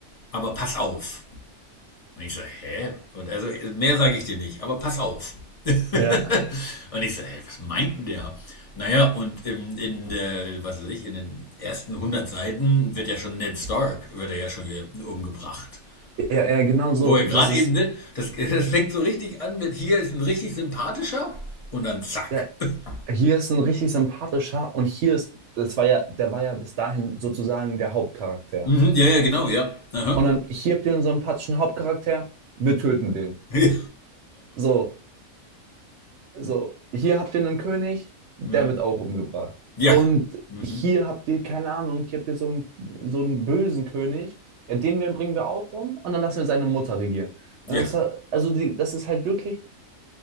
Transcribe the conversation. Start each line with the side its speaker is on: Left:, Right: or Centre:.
Left: aber pass auf. Und ich so, hä? Und also, mehr sage ich dir nicht, aber pass auf.
Right: ja.
Left: <laughs> und ich so, hä, was meint denn der? Naja, und in, in der, was weiß ich, in den ersten hundert Seiten wird ja schon Ned Stark, wird er ja schon ge- umgebracht.
Right: Ja, ja, genau
Left: Wo,
Right: so.
Left: wo er gerade
Right: Das ist,
Left: eben, ne, das, <laughs> das fängt so richtig an mit, hier ist ein richtig sympathischer und dann zack.
Right: ja,
Left: <laughs>
Right: hier ist ein richtig sympathischer und hier ist, das war ja, der war ja bis dahin sozusagen der Hauptcharakter.
Left: Mhm, ja, ja, genau, ja. Aha.
Right: Und dann hier habt ihr einen sympathischen Hauptcharakter, wir töten den.
Left: Ja.
Right: So, So, hier habt ihr einen König,
Left: <laughs>
Right: der
Left: mhm.
Right: wird auch umgebracht.
Left: Ja.
Right: Und
Left: Mhm.
Right: hier habt ihr, keine Ahnung, hier habt ihr so einen, so einen bösen König, ja, den wir- bringen wir auch um und dann lassen wir seine Mutter regieren.
Left: Ja.
Right: Und Das, war- also die, das ist halt wirklich